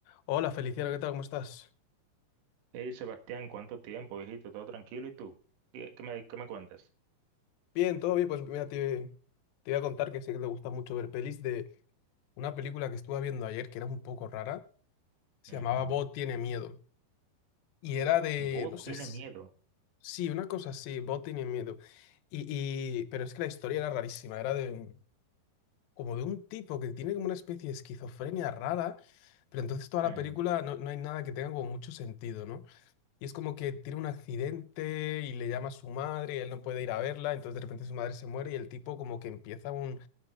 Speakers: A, on the left; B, on the right.
A: Hola Feliciano, ¿qué tal? ¿Cómo estás?
B: Hey Sebastián, ¿cuánto tiempo, viejito? ¿Todo tranquilo? ¿Y tú? ¿Qué, qué me, qué me cuentas?
A: Bien, todo bien. Pues mira, te, te voy a contar que sé que te gusta mucho ver pelis de una película que estuve viendo ayer que era un poco rara. Se
B: Ujú.
A: llamaba Bo tiene miedo. Y era de,
B: Bo
A: no sé,
B: tiene
A: s-
B: miedo.
A: sí, una cosa así, Bo tiene miedo. Y, y, pero es que la historia era rarísima. Era de un- como de un tipo que tiene como una especie de esquizofrenia rara, pero entonces toda la
B: Ujú.
A: película no, no hay nada que tenga como mucho sentido, ¿no? Y es como que tiene un accidente y le llama a su madre y él no puede ir a verla, entonces de repente su madre se muere y el tipo como que empieza un,